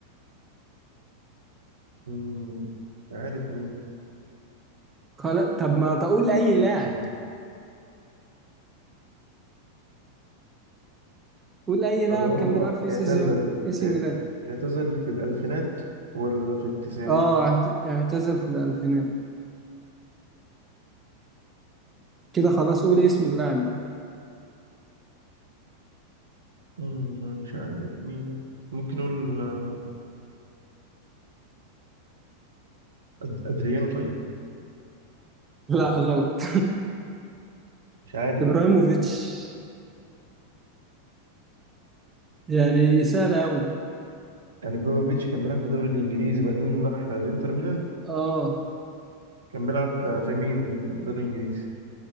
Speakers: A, on the right; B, on the right.
A: مم. عارف مين
B: خلاص طب ما تقول أي لاعب
A: مم.
B: قول أي
A: طب
B: لاعب
A: هو
B: كان بيلعب في
A: اعتزل
B: سي سي
A: اعت-
B: ميلان
A: اعتزل في الألفينات ولا في التسعينات
B: اه اعت- اعتزل في الألفينات كده خلاص قولي اسم اللاعب بقى
A: مم، مش عارف مين ممكن نقول آه، أد- أدريانو طيب
B: لا
A: آه،
B: غلط
A: مش عارف
B: <laughs> ابراهيموفيتش
A: مين
B: يعني سهلة أوي
A: يعني بريموفيتش كان بيلعب في الدوري الانجليزي بعدين راح الانتر ميلان
B: اه
A: كان بيلعب في مين في الدوري الانجليزي